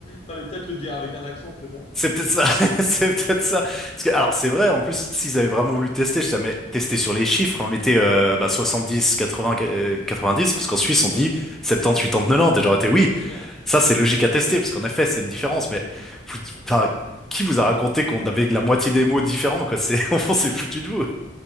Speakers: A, on the left; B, in the centre.
A: Fallait peut-être le dire avec un accent, je sais pas.
B: C'est peut-être ça. <laughs> C'est peut-être ça. Parce que, alors, c'est vrai, en plus, s'ils avaient vraiment voulu tester, je t'avais mais tester sur les chiffres, on mettait, euh, bah, 70, 80, euh, 90, parce qu'en Suisse, on dit
A: Ouais,
B: 70, 80, 90. Et j'aurais été, oui,
A: bien sûr.
B: ça, c'est logique à tester, parce qu'en effet, c'est une différence, mais, vous- enfin, qui vous a raconté qu'on avait la moitié des mots différents, quoi? C'est, <laughs> on s'est foutu de vous.